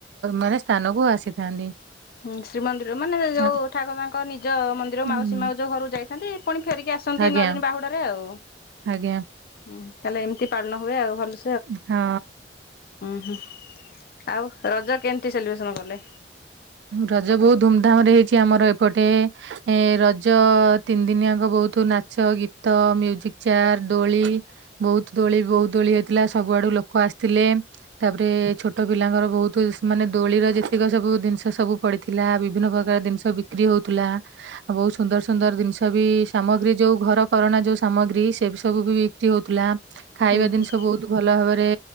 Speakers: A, on the right; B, on the left.
A: ମାନେ ସ୍ଥାନକୁ ଆସିଥାନ୍ତି।
B: ହୁଁ, ଶ୍ରୀମନ୍ଦିର ମାନେ ଯୋଉ
A: ଆଁ,
B: ଠାକୁରଙ୍କ ନିଜ ମନ୍ଦିର
A: ଉଁ,
B: ମାଉସୀ ମା ଯୋଉ ଘରକୁ ଯାଇଥାନ୍ତି ପୁଣି ଫେରିକି ଆସନ୍ତି
A: ଆଜ୍ଞା
B: ନଦିନି ବାହୁଡ଼ାରେ ଆଉ ।
A: ଆଜ୍ଞା।
B: ହ ତାହାଲେ ଏମିତି ପାଳନ ହୁଏ ଆଉ ଭଲ
A: ହଁ।
B: ଆଉ ରଜ କେମିତି ସେଲିବ୍ରେସନ କଲେ?
A: ରଜ ବହୁତ ଧୁମଧାମ ରେ ହେଇଛି ଆମର ଏପଟେ, ଏ ରଜ ତିନି ଦିନିଆଙ୍କ ବହୁତ ବହୁତ ନାଚ ଗୀତ, ମ୍ୟୁଜିକ ଚେଆର୍, ଦୋଳି ବହୁତ ଦୋଳି ବହୁତ ଦୋଳି, ହେଇଥିଲା ସବୁଆଡେ । <unintelligible> ଲୋକ ଆସିଥିଲେ, ତାପରେ ଛୋଟ ପିଲାଙ୍କର ବହୁତ ମାନେ ଦୋଳିର ଯେତିକ ସବୁ ଜି ସବୁ ପଡିଥିଲା, ବିଭିନ୍ନ ପ୍ରକାର ଜିନିଷ ବିକ୍ରି ହଉଥିଲା, ଆଉ ବହୁତ ସୁନ୍ଦର ସୁନ୍ଦର ଜିନିଷ ବି ସାମଗ୍ରୀ ଯୋଉ ଘର କରଣା ଯୋଉ ସାମଗ୍ରୀ, ସେ ସବୁ ବି ବିକ୍ରି ହଉଥିଲା, ଖାଇବା
B: ହୁଁ ହୁଁ
A: ଜିନିଷ ବ ଭଲ ଭାବରେ